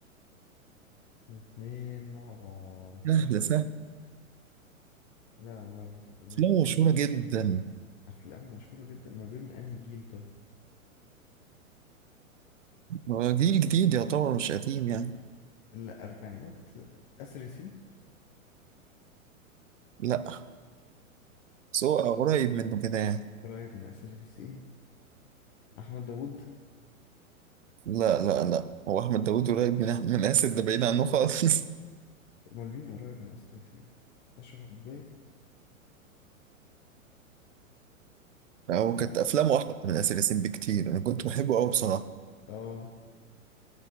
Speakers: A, on the left (about 30°); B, on the right (about 60°).
A: الاتنين مع بعض
B: سهل سهل
A: لا ما في- مش
B: لا مشهورة جدا
A: أفلامه مشهورة جدا ما بين أنهي جيل طيب
B: هو جيل جديد يعتبر مش قديم يعني
A: الأربعينات آسر ياسين
B: لا بس هو قريب منه كده يعني
A: قريب من آسر ياسين أحمد داوود
B: لا لا لا هو أحمد داوود قريب من أح- من آسر ده بعيد عنه خالص
A: أمال مين قريب من آسر ياسين أشرف عبد الباقي
B: <laughs> هو
A: صح
B: كانت أفلامه أحلى من آسر ياسين بكتير أنا كنت بحبه أوي بصراحة
A: آه